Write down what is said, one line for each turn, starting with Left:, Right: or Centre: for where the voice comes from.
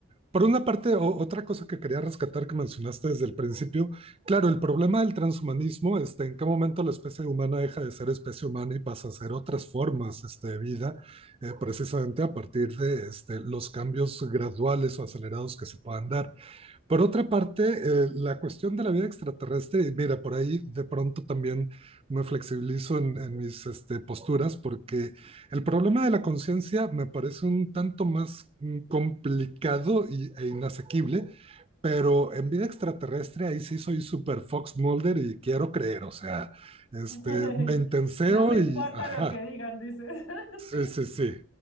Right: Por una parte, o- otra cosa que quería rescatar que mencionaste desde el principio, claro, el problema del transhumanismo, este, en qué momento la especie humana deja de ser especie humana y pasa a ser otras formas, este, de vida, eh, precisamente a partir de, este, los cambios graduales o acelerados que se puedan dar. Por otra parte, eh, la cuestión de la vida extraterrestre, y mira, por ahí de pronto también me flexibilizo en, en mis este, posturas, porque el problema de la conciencia me parece un tanto más mm, complicado y- e inasequible, pero en vida extraterrestre ahí sí soy super Fox Mulder y quiero creer, o sea, este,
Left: <laughs>
Right: me intenseo
Left: No me importa
Right: y ajá.
Left: lo que digan, dices. <laughs>
Right: Sí,
Left: Sí,
Right: sí, sí.